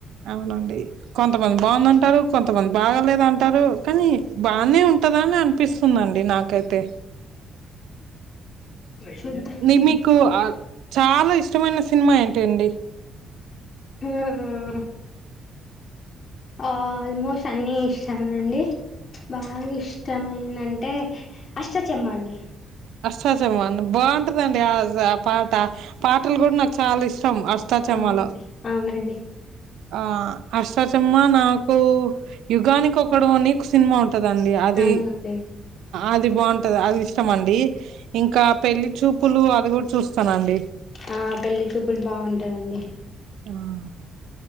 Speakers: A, on the right; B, on the left.
A: అవునండి కొంతమంది బాగుందంటారు కొంతమంది బాగలేదంట టరు కానీ బానే ఉంటదా అని అనిపిస్తుందండి నాకైతే
B: చూద్దాం
A: ని మీకు అ చాలా ఇష్టమైన సినిమా ఏంటి అండి
B: హుమ్ ఆ ఆల్మోస్ట్ అన్నీ ఇష్టమే అండి బాగా ఇష్టమైందంటే అష్ట చెమ్మ అండి
A: అష్టాచమ్మా బాగుంటదండి ఆ ఆ పాట పాటలు కూడా నాకు చాలా ఇష్ ష్టం అష్టాచమ్మాలో
B: అవునండి అవునండి
A: ఆ అష్టాచమ్మ నాకు యుగానికోక్కడుఅని సినిమా ఉం టండి అది
B: అవునండి
A: అది బాగుంటది అదిస్ ష్టమండి ఇంకా పెళ్లి చూపులు అది కూడా చూస్తానండి
B: ఆ పెళ్లి చూపులు బాగుంటదండి
A: ఆ